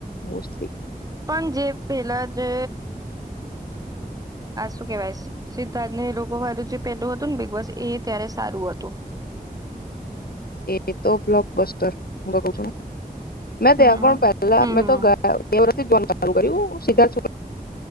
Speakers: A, on the left; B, on the right.
A: મોસ્ટલી.
B: પણ જે પેલા જે શું કેહેવાય સિદ્ધાર્થને લોકો વારું જે પેલું હતું ને બિગ બોસ, એ ત્યારે સારું હતું.
A: એતો બ્લોક બસ્તર, હું તો કઉ છું ને મેં
B: હમ
A: ત્યા પણ પહેલા
B: હમ.
A: મેં તો ગયા વરસ જોવાનું ચાલુ કર્યું, સિદ્ધાર્થ શુકલા